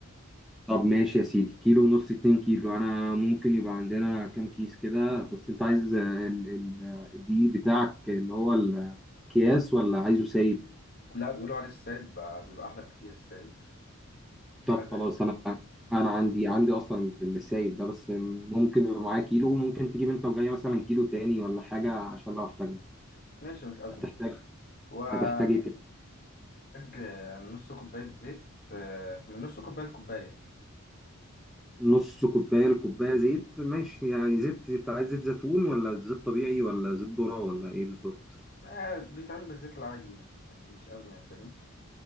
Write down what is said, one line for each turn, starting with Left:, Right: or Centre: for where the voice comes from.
Centre: طب ماشي يا سيدي كيلو ونص اتنين كيلو انا ممكن يبقى عندنا كام كيس كده بس انت عايز آه، ال ال آه، الدقيق بتاعك اللي هو الاكياس ولا عايزه سايب
Left: لا بيقولوا على السايب آه، بيبقى احلى بكتير السايب حاجه
Centre: طب خلاص
Left: زي
Centre: انا انا عندي عندي اصلا السايب ده بس ممكن يبقى معاه كيلو وممكن تجيب انت وجاي مثلا كيلو تاني ولا حاجة عشان لو احتاجنا
Left: ماشي مش ازمه
Centre: هتحتاج
Left: وهنحتاج
Centre: هتحتاج إيه تاني؟
Left: آه، نص كوبايه زيت آه، من نص كوبايه لكوبايه
Centre: نص كوباية لكوباية زيت ماشي يعني زيت انت عايز زيت زيتون ولا زيت طبيعي ولا زيت ذرة ولا ايه بالظبط
Left: آه، بيتعمل بالزيت العادي يعني يعني مش أزمة يعني فاهم